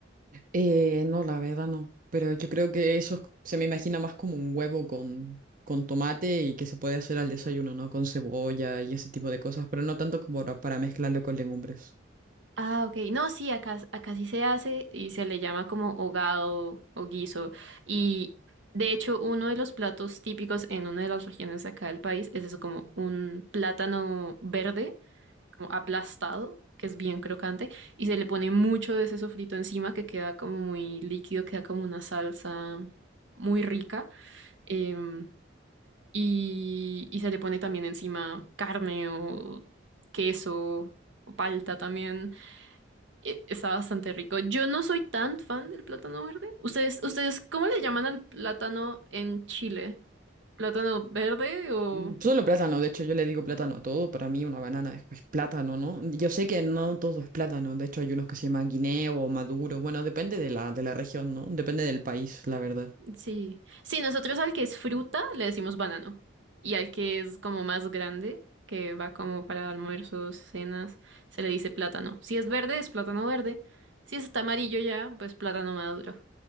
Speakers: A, on the right (about 45°); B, on the right (about 70°).
A: Eh, no, la verdad no. Pero yo creo que eso es- se me imagina más como un huevo con, con tomate y que se puede hacer al desayuno, ¿no? Con cebolla y ese tipo de cosas, pero no tanto como ra- para mezclarlo con legumbres.
B: Ah, ok. No, sí, acá, acá sí se hace y se le llama como hogado o guiso. Y de hecho, uno de los platos típicos en una de las regiones de acá del país es eso, como un plátano verde, como aplastado, que es bien crocante, y se le pone mucho de ese sofrito encima que queda como muy líquido, queda como una salsa muy rica. em, y, y se le pone también encima carne o queso o palta también eh, Está bastante rico. Yo no soy tan fan del plátano verde. ¿Ustedes, ustedes, cómo le llaman al plátano en Chile? ¿Plátano verde o...?
A: Mm, Solo plátano, de hecho yo le digo plátano a todo, para mí una banana es pues, plátano, ¿no? Yo sé que no todo es plátano, de hecho hay unos que se llaman guineo o maduro, bueno, depende de la, de la región, ¿no? Depende del país, la verdad.
B: Sí. Sí, nosotros al que es fruta le decimos banano. Y al que es como más grande, que va como para almuerzos, cenas, se le dice plátano. Si es verde, es plátano verde. Si está amarillo ya, pues plátano maduro.